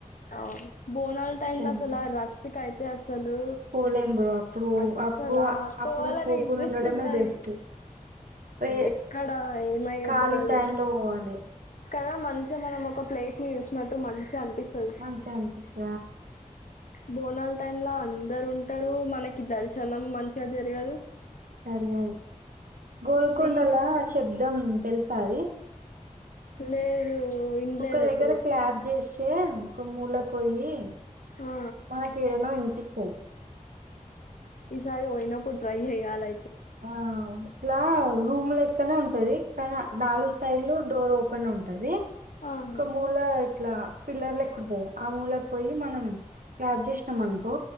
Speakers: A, on the left; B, on the right.
A: అవును బోనాలు టైంలో
B: అనిపిస్తది.
A: అసలు రిస్క్ అసల అసలు
B: పోలేం బ్రో అప్పుడు
A: అస్సలా
B: అప్పుడు
A: ఆ పోవాలని
B: అప్పుడు పోకుండా
A: ఇంట్రెస్ట్
B: ఉండడమే
A: ఉండేది
B: బెస్ట్ వే
A: ఎక్కడ ఏమయ్యే
B: ఖాళీ
A: తెలవదు
B: లో పోవాలి
A: కదా మంచిగా మనం ఒక ప్లేస్ ని చూసినట్టు మంచిగా అనిపిస్తుంది
B: మంచించి అనిపిస్త
A: బోనల్ టైమ్ లో అందరు ఉంటారు మనకి దర్శనం మంచిగా జరగదు
B: సరే గోల్కొండ
A: ఫ్రీగా
B: లో ఆ శబ్దం తెలుసది
A: లేదు ఇనలేదు
B: ఒక దగ్గర
A: ఎప్పుడు
B: క్యాబ్ చేసి వే ఇంకో మూల కొయ్యి
A: ఆ,
B: మనకి ఏదనో వినిపిస్తుంది
A: ఈసారి పోయినపుడు ట్రై చేయాలి
B: ఆ ఇట్లా రూమ్ లెక్కనే ఉంటది కానీ నాలుగు సైడ్లు డోర్ ఓపెన్ ఉంటంది
A: ఆహా,
B: ఒక మూల ఇట్లా పిల్లర్ లెక్క ఉంట్టాదా ఆ మూలాకి పోయి మనం క్జ చేసినాం అనుకో